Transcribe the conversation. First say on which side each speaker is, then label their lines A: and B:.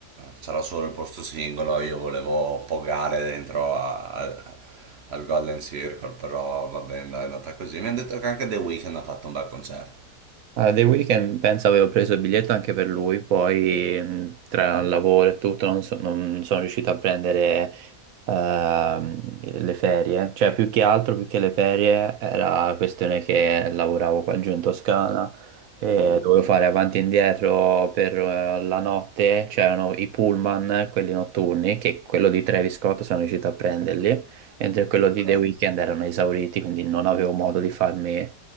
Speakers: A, on the right; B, on the right.
A: c'era solo il posto singolo, io volevo poggare dentro a- a- al Golden Circle, però va bene, dai, è andata così. Mi hanno detto che anche The Weeknd ha fatto un bel concerto.
B: Allora, The Weeknd penso avevo preso il biglietto anche per lui, poi mh, tra il lavoro e tutto non, so- non sono riuscito a prendere ehm, le ferie, cioè più che altro, più che le ferie, era la questione che lavoravo qua giù in Toscana e
A: Mm,
B: dovevo fare avanti e indietro per eh, la notte, c'erano i pullman, quelli notturni, che quello di Travis Scott sono riuscito a prenderli, mentre quello
A: ok,
B: di The Weeknd erano esauriti, quindi non avevo modo di farmi